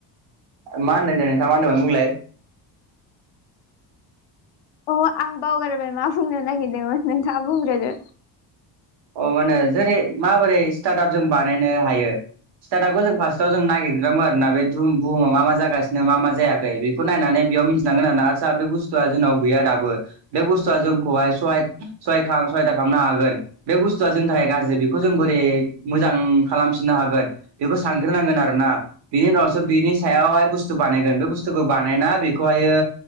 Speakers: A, on the right (about 70°); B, on the left (about 80°).
A: मा होनदों दे नोंथाङा मा होनदोंमोन बुंलाय
B: अह आं बावगारबाय मा बुंनो नागिरदोंमोन नोंथाङा बुंग्रोदो।
A: अ मा होनो जेरै माबोरै स्टार्टाप जों बानायनो हायो स्तार्टापखौ जों फार्स्टाव जों नागिरग्रोमोन <unintelligible> बे दुम बुहुमाव मा मा जागासिनो मा मा जायाखै बेखौ नायनानै इयाव मिथिलांगोन आरो ना। आदसा बे बुस्थुआ जोंनाव गैया दाबो बे बुस्थुआ जोंखौहाय सहाय सहाय खा सहायदा खामनो हागोन। बे बुस्थुआ जोंनि थाखाय गाज्रि बेखौ जों बोरै मोजां खालामफिननो हागोन बेखौ सानग्रोनांगोन आरो ना। ना बिनि उनावसो बिनि सायावहाय बुस्थु बानायगोन। बे बुस्थुखौ बानायना बेखौहायो